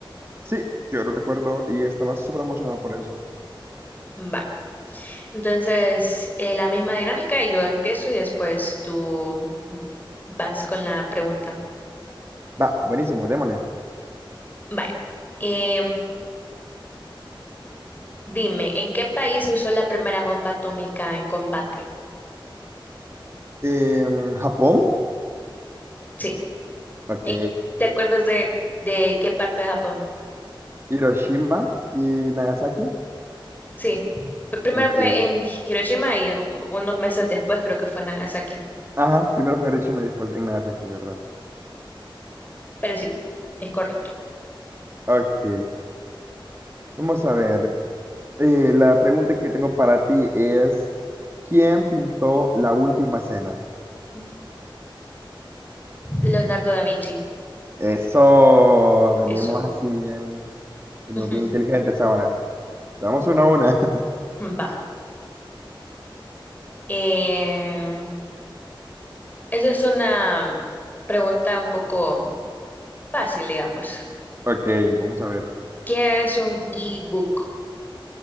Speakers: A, on the right; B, on the left.
A: Sí, yo lo recuerdo y estaba súper emocionado por eso.
B: Va. Entonces, eh, la misma dinámica y yo empiezo y después tú vas con la pregunta.
A: Va, buenísimo, démosle.
B: Vale. Em, dime, ¿en qué país usó la primera bomba atómica en combate?
A: Em, Japón,
B: Sí.
A: ok.
B: En- ¿Te acuerdas de, de qué parte de Japón?
A: Hiroshima y Nagasaki,
B: Sí. P- Primero
A: ok.
B: fue en Hi- Hiroshima y um, unos meses después creo que fue en Nagasaki.
A: Ajá, primero fue en Hiroshima y después en Nagasaki, ¿verdad?
B: Pero sí, es correcto.
A: Ok, vamos a ver. Eh, la pregunta que tengo para ti es, ¿quién pintó la última cena?
B: Mm. Leonardo da Vinci.
A: Eso, venimos
B: Eso
A: así bien, venimos
B: <laughs>
A: bien
B: ujú,
A: inteligentes ahora. Damos una a una. <laughs>
B: va. Eh, eso es una pregunta un poco fácil, digamos.
A: Ok, vamos a ver.
B: ¿Qué es un e-book?